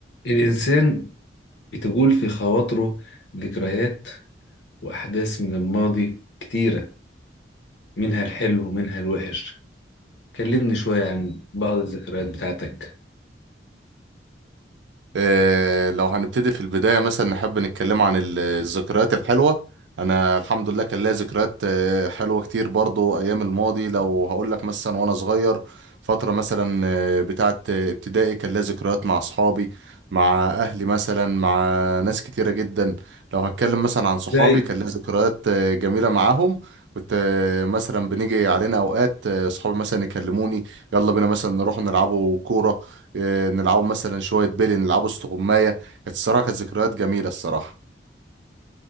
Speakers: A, on the left; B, on the right.
A: الإنسان بتجول في خواطره ذكريات وأحداث من الماضي كتيرة منها الحلو ومنها الوحش كلمني شوية عن بعض الذكريات بتاعتك
B: آه، لو هنبتدي في البداية مثلا نحب نتكلم عن ال- الذكريات الحلوة أنا الحمد لله كان ليا ذكريات آه، حلوة كتير برضو أيام الماضي لو هقول لك مثلا وأنا صغير فترة مثلا آه، بتاعة آه، ابتدائي كان ليا ذكريات مع أصحابي مع أهلي مثلا مع ناس كتيرة جدا لو هتكلم مثلا عن صحابي
A: زي
B: كان ليا ذكريات آه، جميلة معاهم كنت آه، مثلا بنيجي علينا أوقات آه، صحابي مثلا يكلموني يلا بينا مثلا نروح نلعبوا كورة آه، نلعبوا مثلا شوية بيلي نلعبوا استغماية كانت الصراحة كانت ذكريات جميلة الصراحة